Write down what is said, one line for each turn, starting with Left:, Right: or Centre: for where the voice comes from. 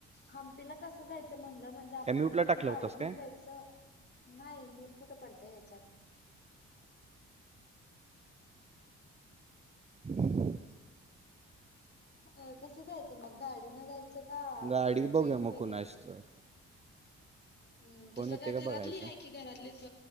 Left: हंपीला कसं जायचं म्हणलं म्हणजे आपण
Right: काय म्यूटला
Left: आपली
Right: टाकला
Left: गाडी
Right: होतास
Left: घेऊन
Right: काय
Left: जायचं. नाही म्यूट कुठं पडतय ह्याच्यात
Right: ह
Left: अ कसं जायचं मग गाडीनं जायचं का
Right: गाडी बघूया
Left: ट्रेननं
Right: मग कोणाची
Left: वगैरे
Right: तर
Left: हम्
Right: कोण
Left: तसं
Right: येते
Left: का घरातली
Right: बघायचं
Left: आहे की घरातलीच